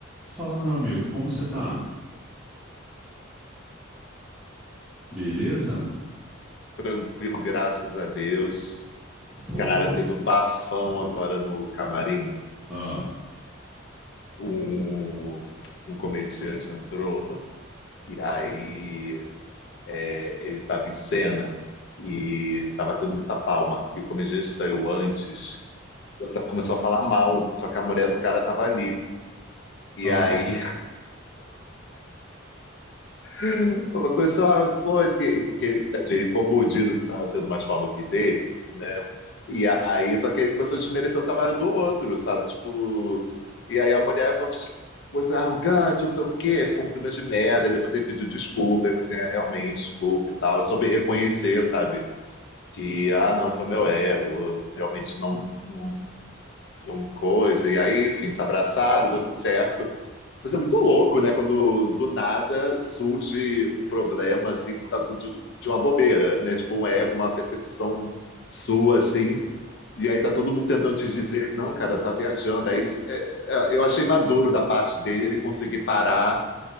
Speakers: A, in the centre; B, on the left.
A: Fala, meu amigo, como você tá? Beleza?
B: Tranquilo, graças a Deus.
A: Boa.
B: Cara, teve um bafão agora no camarim.
A: Ah,
B: Um, um comediante entrou e aí é, ele estava em cena e estava tendo muita palma. E o comediante saiu antes, então começou a falar mal, só que a mulher do cara estava ali. E
A: ah.
B: aí <laughs> foi uma coisa, só uma coisa que, porque tadinho, ele ficou mordido que estava tendo mais palma que dele. né E aí, só que ele começou a desmerecer o trabalho do outro, sabe? Tipo, e aí a mulher falou, "Tipo, você é arrogante, não sei o quê, ficou um clima de merda. Aí depois ele pediu desculpa, aí eu assim, é, realmente, desculpa e tal. Eu soube reconhecer, sabe? Que, ah, não, foi meu ego, eu realmente não, não, não coisa. E aí, enfim, se abraçaram, deu tudo certo. Mas é muito louco, né? Quando do nada surge um problema, assim, por causa do- de uma bobeira, né? Tipo, um ego, uma percepção sua, assim e aí tá todo mundo tentando te dizer, não, cara, tá viajando. Aí é, é, eu achei maduro da parte dele ele conseguir parar,